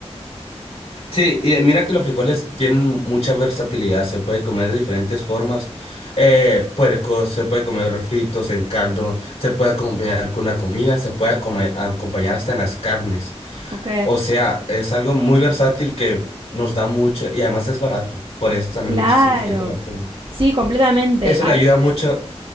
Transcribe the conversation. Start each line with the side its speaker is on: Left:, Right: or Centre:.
Left: Sí, y mira que los frijoles tienen mucha versatilidad, se puede comer de diferentes formas. Eh, puercos, se puede comer fritos en caldo, se puede acompañar con una comida, se puede acoma- acompañar hasta en las carnes.
Right: Ok,
Left: O sea, es algo muy versátil que nos da mucho y además es barato. Por eso también
Right: claro.
Left: muchísima gente lo come.
Right: Sí, completamente.
Left: Eso
Right: Ac-
Left: le ayuda mucho,